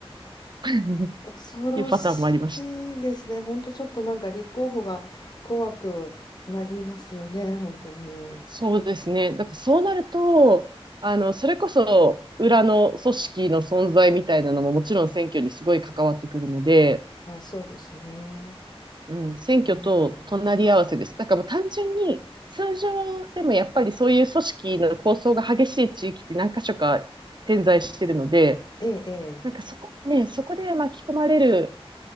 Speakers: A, on the right (about 50°); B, on the left (about 45°).
A: た <laughs> っ
B: 恐ろしいですね。
A: ていうパターンもありました。
B: 本当ちょっとなんか立候補が怖くなりますよね、本当に。
A: そうですね。だからそうなると、あの、それこそ裏の組織の存在みたいなのももちろん選挙にすごい関わってくるので、
B: あ、そうですね。
A: うん、選挙と隣り合わせです。
B: うん、
A: だからもう単純に通常でもやっぱりそういう組織の構想が激しい地域って何か所か点在してるので、
B: ええ、
A: なんかそこね、そこで巻き込まれる